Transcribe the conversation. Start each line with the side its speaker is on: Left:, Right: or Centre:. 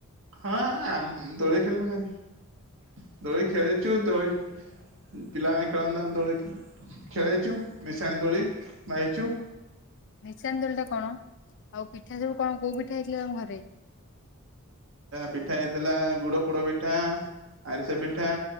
Right: ହଁ ଆମ ଦୋଳି ଖେଳିନୁ କାହିଁକି? ଦୋଳି ଖେଳିଚୁ ଦୋଳି ପିଲାମାନେ ଖେଳନ୍ତି ତାଙ୍କ ଦୋଳି ଖେଳେଇଛୁ ମିଶାଣି ଦୋଳି ବାହିଛୁ।
Left: ନିଶାନ ଦୋଳିଟା କଣ? ଆଉ ପିଠା ସବୁ କଣ କୋଉ ପିଠା ହେଇଥିଲା ତମ ଘରେ?
Right: ପିଠା ହେଇଥିଲା ଗୁଡ ପୋଡ ପିଠା, ଆରିସା ପିଠା,